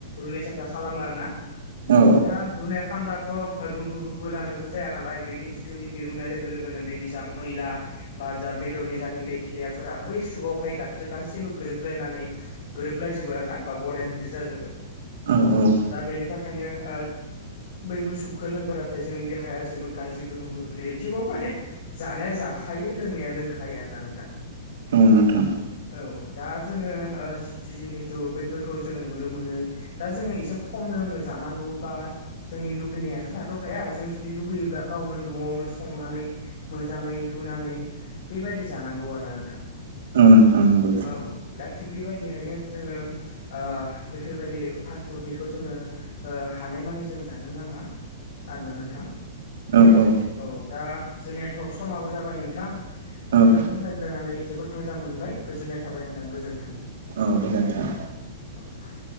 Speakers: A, on the left; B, on the right.
A: रुनाय साथा खालामो आरोना।
B: औ
A: दा रुनाय खामब्लाथ' रु-रुबलानोथ' जाया नालाय बेनि जिथुनिखि रुनाय लोगो लोगो‌ गो बेनि जा मैला बा जा बेदरनि जानाय बेक्टेरियाफोरा बै सुगावहाय गो गासैबो गोरोबलायनानै गोरोबलायजोबो आरोना बा गलाय मोनदेर जाजोबो।
B: औ औ।
A: दा बेनि थाखायनो ओ बैफोर सुबुं खोलोंब्लाथाय जोंनि देहाया जोबोद गाज्रि गोहोम खोख्लैयो थेवबाबो माने जानाया जाखायो लोंनाया लोंखायो आरोना नोंथां।
B: औ नोंथां।
A: औ दा जोङो ओ जिति जिहेथु बैफोरखौ जोङो नुनो मोनो। दा जोङो एसे खम लोंनो जानांगौ बा जोंनि लुगैनायाथ' थाद'खाया जों जुदि लुगैयोब्ला गावनो न'आवनो संनानै मोजाङै रुनानै बेबायदि जानांगौ आरोना नोंथां
B: औ नोंथां नंगौ
A: औ। दा थिग बेबायदिहायो जोङो ओ बेफोरबायदि फास्ट फुडनिखौ जोङो ओ हानायमानि जों जानो नाङा। आरोना नोंथां।
B: औ औ।
A: औ दा जोंनियाथ' समाबो जाबाय नोंथां नोंथांजों
B: औ
A: रायज्लाय रायलायनानै जोबोद मोजां मोनबाय गोजोननाय थाबाय नोंथां गोजोन्थों।
B: औ गोजोन्थों।
A: <inaudible>